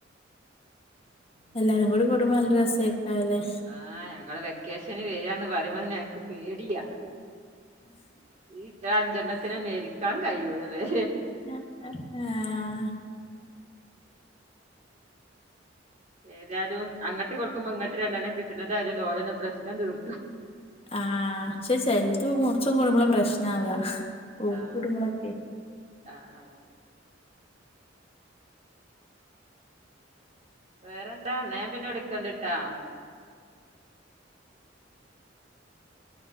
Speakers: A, on the right; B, on the left.
A: <inaudible>
B: എല്ലാരും കൂടി കൂടുമ്പോ നല്ല രസേക്കാല്ലേ
A: ആഹ് ഞങ്ങള് വെക്കേഷന് വരിയാന്ന് പറയുമ്പോ തന്നെ ഞങ്ങക്ക് പേടിയാ. ഈ അഞ്ചെണ്ണത്തിനെ മെരിക്കാൻ കഴൂലലേ
B: അഹ് അഹ് ആഹ്
A: ഏതായാലും അങ്ങോട്ട് കൊടുക്കുമ്പോ ഇങ്ങട്ട് രണ്ടെണ്ണം കിട്ടണതായോണ്ട് ഓലന്നെ പ്രശ്നം തീർത്തോ
B: ആഹ് പക്ഷെ ചെൽത് മൂർച്ച കൂടുമ്പളാ പ്രശ്നാവ. ഊക്ക്
A: ആഹ്
B: കൂടുമ്പളൊക്കെ
A: ആഹ് ആഹ് വേറെന്താ ന്നാ ഞാൻ പിന്നെ വിളിക്കണ്ട് ട്ടാ